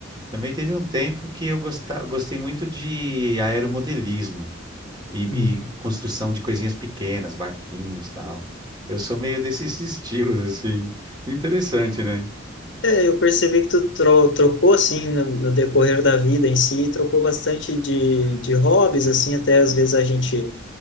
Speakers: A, on the right (about 20°); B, on the left (about 65°).
A: Também teve um tempo que eu gosta- gostei muito de aeromodelismo. E,
B: Uhum.
A: e construção de coisinhas pequenas, barquinhos, tal. Eu sou meio desses <laughs> estilos, assim. Interessante, né?
B: É, eu percebi que tu tro trocou assim no, no decorrer da vida em si, trocou bastante de de hobbies assim, até às vezes a gente